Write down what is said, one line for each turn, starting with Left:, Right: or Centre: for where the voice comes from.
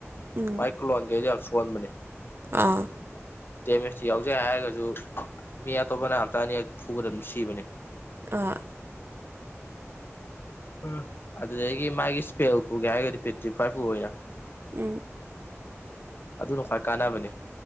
Right: ꯎꯝ
Left: ꯃꯥꯏ ꯀ꯭ꯂꯣꯟ ꯒꯩꯗꯣ ꯌꯥꯝ ꯁꯣꯟꯕꯅꯦ
Right: ꯑꯥ
Left: ꯗꯦꯃꯦꯖꯇꯤ ꯌꯥꯎꯖꯩ ꯍꯥꯏꯔꯒꯁꯨ ꯃꯤ ꯑꯇꯣꯞꯄꯅ ꯑꯝꯇ ꯑꯅꯤꯔꯛ ꯐꯨꯕꯗ ꯑꯗꯨꯝ ꯁꯤꯕꯅꯦ
Right: ꯑꯥ
Left: ꯑ ꯑꯗꯨꯗꯒꯤ ꯃꯥꯒꯤ ꯏꯁꯄꯦꯜ ꯄꯨꯒꯦ ꯍꯥꯏꯔꯒꯗꯤ ꯄꯦꯇꯤꯐꯥꯏꯚ ꯄꯨ ꯑꯣꯏꯅ
Right: ꯎꯝ
Left: ꯑꯗꯨꯅ ꯈ꯭ꯋꯥꯏ ꯀꯥꯟꯅꯕꯅꯤ